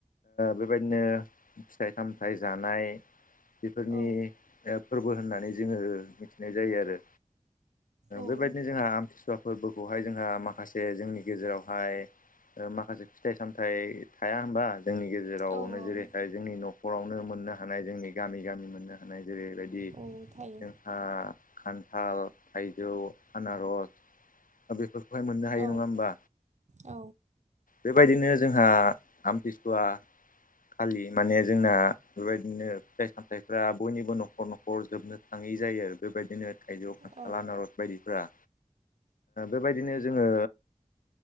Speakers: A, on the left (about 85°); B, on the right (about 60°).
A: बेबायदिनो फिथाइ सामथाइ जानाय बेफोरनि
B: औ
A: फोरबो होननानै जोङो मिथिनाय जायो आरो
B: औ
A: बेबायदिनो जोंहा आमथिसुवा सुवा फोरबोखौहाय जोंहा माखासे जोंनि गेजेरावहाय माखासे फिथाइ सामथाइ थाया होनबा जोंनि गेजे जेरावनो
B: औ
A: जेरैहाय
B: औ
A: जोंनि न'खरावनो मोननो हानाय जोंनि गामि गामि मोननो हानाय जेरैहाय बिदि
B: औ थायो
A: जोंहा खान्थाल थायजौ आनारस। बेफोरखौहाय मोननो हायो
B: औ
A: नङा होमबा।
B: औ
A: बेबायदिनो जोंहा आमथिसुवा खालि माने जोंना बेबायदिनो फिथाइ सामथाइफ्रा बयनिबो न'खर न'खर जोबनो थाङै जायो आरो बेबायदिनो थाइजौआव खान्थाल
B: औ
A: आनारस। बायदिफ्रा बेबायदिनो जोङो